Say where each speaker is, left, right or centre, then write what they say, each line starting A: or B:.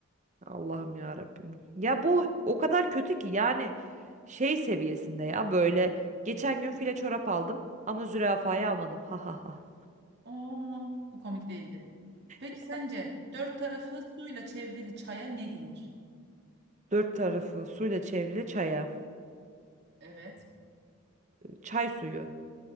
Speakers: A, on the right; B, on the right.
A: Allah'ım ya Rabbim. Ya bu o kadar kötü ki yani şey seviyesinde ya böyle geçen gün file çorap aldım ama zürafayı almadım. Ha ha ha.
B: Oo bu komik değildi. Peki
A: Ya
B: sence dört tarafı suyla çevrili çaya ne denir?
A: Dört tarafı suyla çevrili çaya.
B: Evet.
A: Çay suyu,